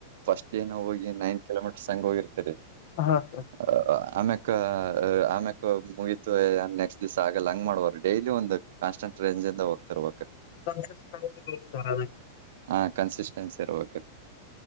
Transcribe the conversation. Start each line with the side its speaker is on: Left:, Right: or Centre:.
Right: ಫಸ್ಟ್ ಏ ನ ಹೋಗಿ ನೈನ್ ಕಿಲೋಮೀಟರ್ಸ್ಂಗ ಹೋಗಿರ್ತರಿ.
Left: ಹಾ ಸರ್
Right: ಹ ಆಮ್ಯಕ್ ಆಮ್ಯಕ್ ಮುಗೀತು ನೆಕ್ಸ್ಟ್ ದಿವ್ ಆಗಲ್ಲ ಹಂಗ್ ಮಾಡ್ವರ್ಡಿ. ಡೈಲಿ ಒಂದು ಕಾನ್ಸ್ಟಂಟ್ ರೇಂಜ್ಂದ ಹೋಗ್ತಾರೆಕ್ರೆ.
Left: ಸ ಸರ.
Right: ಹಾ ಕನ್ಸಿಸ್ಟೆನ್ಸಿ ಇರ್ಬೇಕ್ರಿ